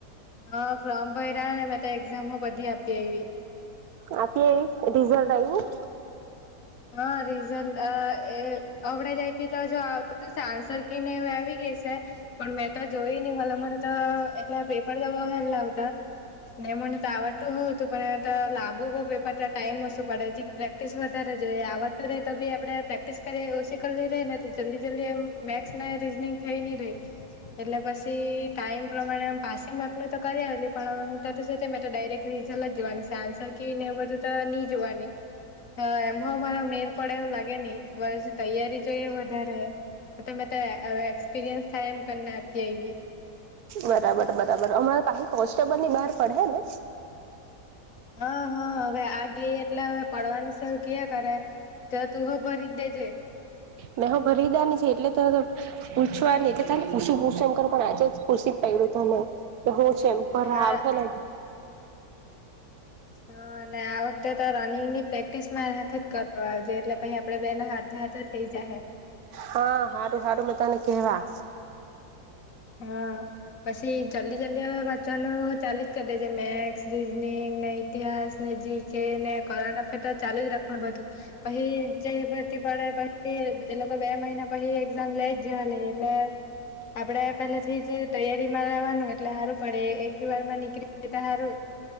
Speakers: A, on the left; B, on the right.
A: હા ફોર્મ ભ રહ્યા ને મે તો એક્ઝામ બધી આપી આવી
B: આ પી રિઝલ્ટ આવીઈ
A: હા રિઝલ્ટ આ એ અડા જાય પી તો જો આવતું આન્સર કને આવી ગય છે પણ મેં તો જોઈ નહી મ મને એટલે બેે પણ જવા હેલ ના આવતા નને મને તો આવડતું હોવું હતું પણ લાભો બહ પેપ ટાઈઇમ ઓશું પડે છે પ્રેક્ટિસ વધારે જો આવડતું રહે તો બી આપડણે પ્રેક્ટિસ કરી ઓછી કરીઈ ર ને તો જલ્દી જલ્દી એમ મેક્સ રીઝનિંગ થઈ નહી રહી એટલે પછી ટાઈમ પ્રમાણે પાસિંગ બાપ તો કરી આવેલી પણ હું ત ડાયક રઝલ જ જોવાની આન્સર કે એ બધું તો નહી જોવાની એમ હ મારો મેર પડે એવું લાગે નહી બસ તૈયારી જોઈએ વધારે તમે એક્સપિરિયન્સ થાય એમ કને આપી એવી
B: બરાબર બરાબર અમારા પાછ કોન્સ્ટેબલ ની બહાર પડે ને
A: હા હા હવે આ ગઈ એટલે હવે પડવાની સ ક કરે તો તું હો ભરી દેજે
B: મેહ ભરીદા ની છે એટલે તો પૂછવા તો થને કુરશીભુશંકર પણ આજે કુશ પ ું તને કે હું છે એમ પર
A: હા
B: આવેને
A: હા અને આ વખતે તો રનિંગ ની પ્રેક્ટિસ મા જ કરવા આવજે એટલે પછ આપડે બેનો સાથે તો થઇ જ હ
B: હા હારું હારું મેં તને કેવા
A: હા પછી જલ્દી જલ્દી આવેત ચાલી જ કરી દે છે મેથસ રીઝનિંગ ને ઇતિહાસ ને જી કે ને કરંટ અફેર ચાલુ જ રાખવા બધું પછ જે પડે પછી એ લોકો બે મહિના પછ લે જ જવા નઈ એટલે આપડે પેલા થી જ તૈયારીમાં લવાનું એટલે સારું પડે એક વાર માં નીકળી જતા સારું